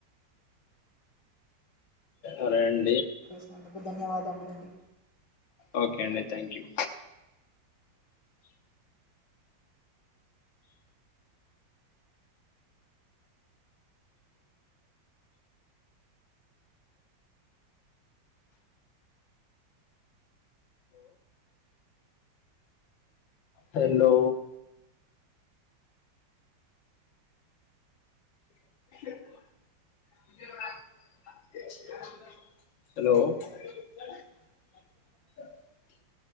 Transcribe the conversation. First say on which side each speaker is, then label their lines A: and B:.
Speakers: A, on the left; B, on the left.
A: అ రెన్
B: చేసినందుకు ధన్యవాదము రండి
A: ఓకే అండి థ్యాంక్ యూ హలో హలో